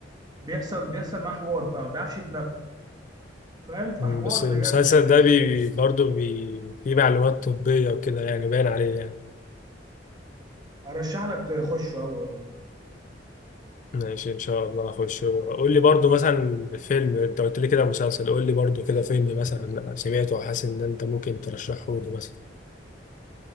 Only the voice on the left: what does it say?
مم، بس
المسلسل
ده بي برضه بي فيه معلومات طبية وكده يعني باين عليه يعني
ماشي ان شاء الله اخش قول لي برضه مثلا فيلم انت قلت لي كده مسلسل قول لي برضه كده فيلم مثلا سمعته وحاسس ان انت ممكن ترشحه لي مثلا